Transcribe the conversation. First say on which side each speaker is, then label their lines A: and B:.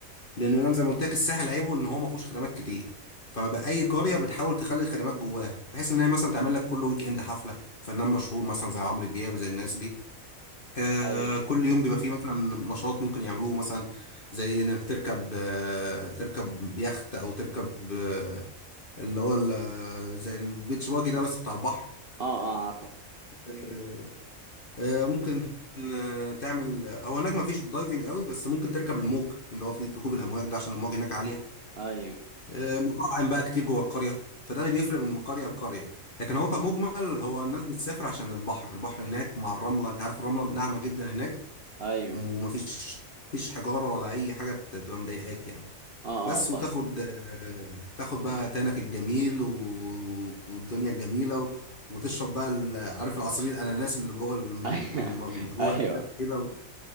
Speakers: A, on the left; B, on the right.
A: لان انا زي ما قلت لك الساحل عيبه ان هو ما فيهوش خدمات كتير فبقى اي قريه بتحاول تخلي الخدمات جواها بحيث ان هي مثلا تعمل لك كل ويك اند حفله فنان مشهور مثلا زي عمرو دياب زي الناس دي آه،
B: ايوه
A: كل يوم بيبقى فيه مثلا نشاط ممكن يعملوه مثلا زي انك تركب آه، تركب يخت او تركب آه، اللي هو ال- آه، زي البيتش باجي ده بس بتاع البحر
B: آه آه عارفه
A: آه، آه، ممكن آه، تعمل آه، هو هناك ما فيش دايفنج قوي بس ممكن تركب الموج اللي هو فيه ركوب الامواج ده عشان الموج هناك عاليه
B: أيوه
A: آه، مطاعم بقى كتير جوه القريه فده اللي بيفرق من قريه لقريه لكن هو كمجمل هو الناس بتسافر عشان البحر البحر هناك مع الرمله انت عارف الرمله ناعمه جدا هناك
B: ايوه
A: ومفيش مفيش حجارة ولا أي حاجة ت- تبقى مضايقاك يعني
B: اه اه
A: بس
B: طيب
A: وتاخد آه، تاخد بقى تانك الجميل و- والدنيا الجميلة و... وتشرب بقى ال- عارف العصير الأناناس اللي جوه الم...
B: <laughs>
A: م- جوه
B: ايوه
A: الأناناس كده